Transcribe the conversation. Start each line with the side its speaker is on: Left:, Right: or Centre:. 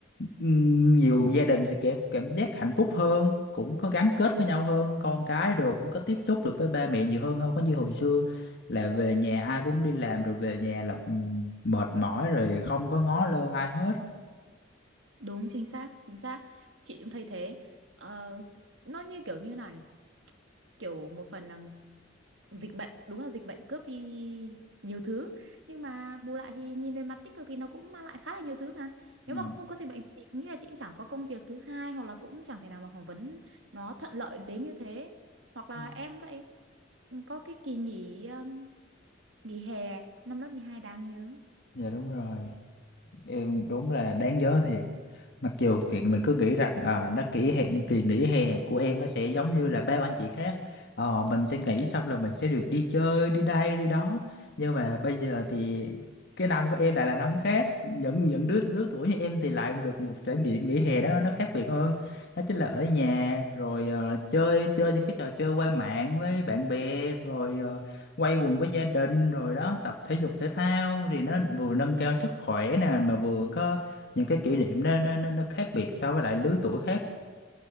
Left: ừm, nhiều gia đình sẽ cảm cảm giác hạnh phúc hơn cũng có gắn kết với nhau hơn con cái đồ cũng có tiếp xúc được với ba mẹ nhiều hơn không có như hồi xưa là về nhà ai cũng đi làm rồi về nhà là ừm, mệt mỏi rồi không có ngó lơ ai hết
Right: đúng chính xác chính xác chị cũng thấy thế Ờ, nó như kiểu như nào nhỉ kiểu một phần là dịch bệnh đúng là dịch bệnh cướp đi nhiều thứ nhưng mà bù lại thì nhìn về mặt tích cực thì nó cũng mang lại khá là nhiều thứ mà nếu
Left: Dạ
Right: mà không có dịch bệnh thì nghĩ là chị cũng chẳng có công việc thứ hai hoặc là cũng chẳng thể nào mà phỏng vấn nó thuận lợi đến như thế hoặc là
Left: Ừ.
Right: em vậy có cái kỳ nghỉ um, nghỉ hè năm lớp 12 đáng nhớ
Left: Dạ, đúng rồi em đúng là đáng nhớ thiệt mặc dù chuyện mình cứ nghĩ rằng à, nó kỷ hẹn kỳ nghỉ hè của em nó sẽ giống như là bao anh chị khác Ờ, mình sẽ nghỉ xong là mình sẽ được đi chơi đi đây đi đó nhưng mà bây giờ thì cái năm của em lại là năm khác những những đứa lứa tuổi như em thì lại được một trải nghiệm nghỉ hè đó nó khác biệt hơn đó chính là ở nhà rồi ờ, chơi chơi những cái trò chơi qua mạng với bạn bè rồi ờ, quay quần với gia đình rồi đó tập thể dục thể thao thì nó vừa nâng cao sức khỏe nè mà vừa có những cái kỷ niệm nó nó nó, nó khác biệt so với lại lứa tuổi khác